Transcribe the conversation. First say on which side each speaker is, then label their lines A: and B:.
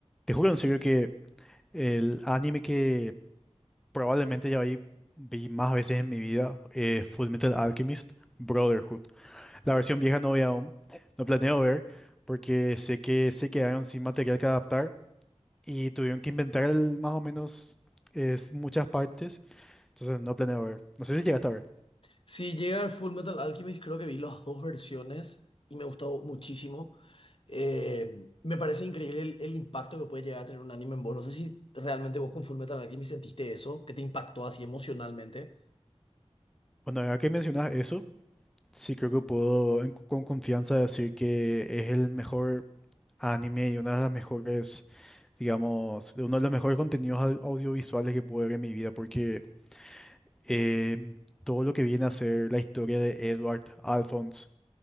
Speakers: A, in the centre; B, on the left.
A: Te juro en serio que el anime que probablemente ya vi, vi más veces en mi vida es Fullmetal Alchemist Brotherhood. La versión vieja no vi aún, no planeo ver porque sé que se quedaron sin material que adaptar y tuvieron que inventar el- más o menos es, muchas partes, entonces no planeo ver. No sé si llegaste a ver.
B: Si llega el Full Metal Alchemist, creo que vi las dos versiones y me gustó muchísimo. Eh, me parece increíble el, el impacto que puede llegar a tener un anime en vos. No sé si realmente vos con Full Metal Alchemist sentiste eso, que te impactó así emocionalmente.
A: Bueno, ahora que mencionas eso, sí creo que puedo en- con confianza decir que es el mejor anime y una de las mejores digamos, de uno de los mejores contenidos au- audiovisuales que pude ver en mi vida, porque em, todo lo que viene a ser la historia de Edward Alphonse,